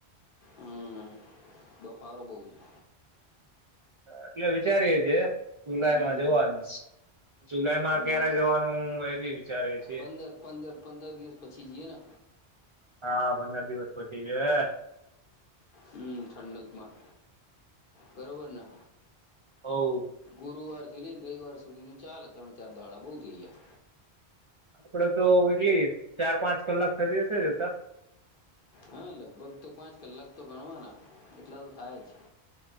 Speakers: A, on the left; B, on the right.
A: હમ બફારો બઉ છે.
B: એટલે વિચારીએે છે જુલાઈમાં
A: હમ
B: જવાનું જ જુલાઈમાં
A: બર
B: ક્યારે જવાનું એ બી વિચારીએ છીએ
A: પંદર પંદર પંદર દિવસ પછી જઈએ ને
B: હા પંદર દિવસ પછી ગયે
A: હમ ઠંડકમાં બરોબરને
B: હવ.
A: ગુરુવારથી લઈને રવિવાર સુધીનું ચાલે ત્રણ ચાર દાળા બોવ થઈ ગયા
B: આપડે તો કેટલી ચાર પાંચ કલાક એટલા દિવસ જતા
A: હા લગભગ તો પાંચ કલાક તો ગણવાના એટલા તો થાય જ